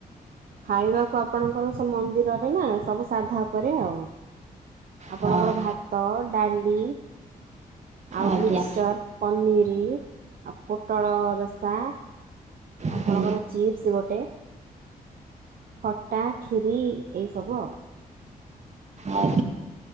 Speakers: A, on the right; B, on the right.
A: ଖାଇବାକୁ ଆପଣଙ୍କର ସବୁ ମନ୍ଦିରରେ ନା ସବୁ ସାଧା ଉପରେ ଆଉ। ଆପଣଙ୍କର
B: ହଁ
A: ଭାତ, ଡାଲି ଆଉ
B: ଆଜ୍ଞା
A: ମିକ୍ସଚର ପନିର ଆଉ ପୋଟଳ ରସା ଆପଣଙ୍କର
B: ହଁ
A: ଚିପ୍ସ ଗୋଟେ ଖଟା, ଖିରି ଏଇ ସବୁ ଆଉ
B: ଆଉ